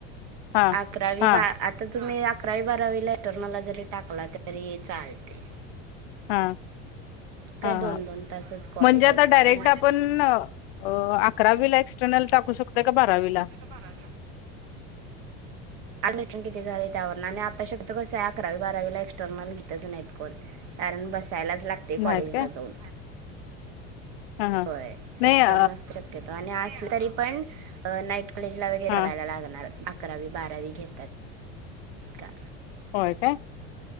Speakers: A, on the left; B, on the right.
A: हा
B: अकरावी
A: हा
B: वा आता तुम्ही अकरावी बारावी रिटर्न ला जरी टाकला तरी चालते
A: हा
B: काय
A: हा
B: दोन
A: हां
B: दोन तासच कॉलेज
A: म्हणजे आता
B: असते
A: डायरेक्ट
B: ना
A: आपण अ अकरावीला एक्स्टर्नल टाकू शकतोय का बारावीला.
B: बारावीला अनइंट्रो किती झाले त्यावरनं आणि आता कसं आहे अकरावी बारावीला एक्सटर्नल घेतच नाहीत कोण. कारण बसायलाच लागतय
A: नाहीत
B: कॉलेजला
A: काय
B: जाऊन.
A: हा हा
B: होय
A: नाही
B: एक्स्टर्नल
A: अ
B: आणि असलं तरी पण नाईट कॉलेज ला वगैरे
A: हा
B: बघायला लागणार अकरावी बारावी घेतात. का.
A: होय काय.